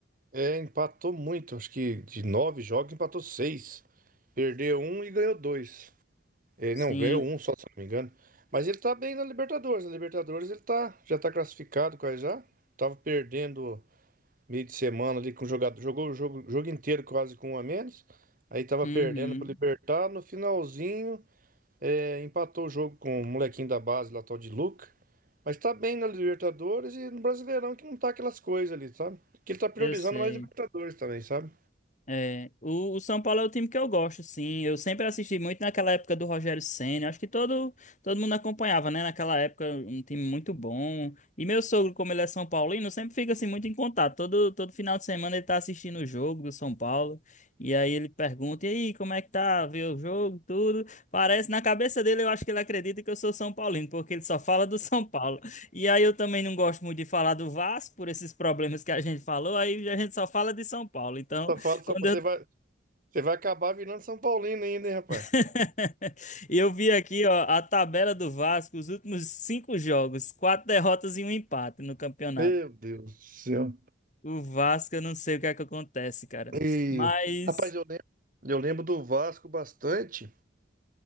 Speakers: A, on the right; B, on the left.
A: é, empatou muito, acho que de nove jogos empatou seis, perdeu um e ganhou dois. É,
B: Sim.
A: não, ganhou um só, se eu não me engano. Mas ele tá bem na Libertadores. Na Libertadores ele tá, já tá classificado quase já. Tava perdendo meio de semana ali com o jogador, jogou o jogo, jogo inteiro quase com um a menos. Aí tava
B: Uhum.
A: perdendo pro Libertar, no finalzinho é, empatou o jogo com o molequinho da base lá, tal de Luca. Mas tá bem na Libertadores e no Brasileirão que não tá aquelas coisas ali, sabe? Que ele tá priorizando
B: Eu sei.
A: mais Libertadores também, sabe?
B: É, o, o São Paulo é o time que eu gosto, sim. Eu sempre assisti muito naquela época do Rogério Ceni. Acho que todo, todo mundo acompanhava, né? Naquela época, um time muito bom. E meu sogro, como ele é São Paulino, sempre fica assim muito em contato. Todo, todo final de semana ele tá assistindo o jogo do São Paulo. E aí ele pergunta: E aí, como é que tá? Vê o jogo, tudo. Parece, na cabeça dele, eu acho que ele acredita que eu sou São Paulino, porque ele só fala do <laughs> São Paulo. E aí eu também não gosto muito de falar do Vasco, por esses problemas que a gente falou. Aí a gente só fala de São Paulo. Então.
A: Só fala, só
B: Quando
A: você
B: eu...
A: vai, você vai acabar virando São Paulino ainda, hein, rapaz?
B: <laughs> eu vi aqui, ó, a tabela do Vasco, os últimos cinco jogos, quatro derrotas e um empate no campeonato.
A: Meu Deus do céu.
B: O Vasco, eu não sei o que é que acontece, cara.
A: E,
B: Mas.
A: rapaz, eu lembro, eu lembro do Vasco bastante.